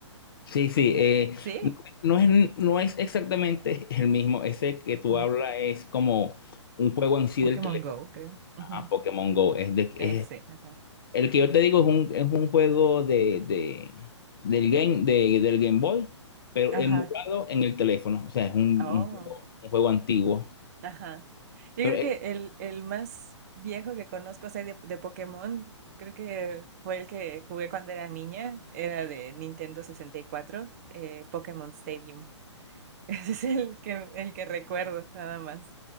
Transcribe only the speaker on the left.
Sí, sí, eh,
no, no es, no es exactamente el mismo. Ese que tú
hablas es como un juego en sí
del teléfono.
Ah, Pokémon Go. Es de,
es-
el que yo te digo es un, es un juego de, de- del game, de- del Game Boy, pero
emulado en el teléfono. O sea, es un,
un juego, un juego antiguo.
Pero
es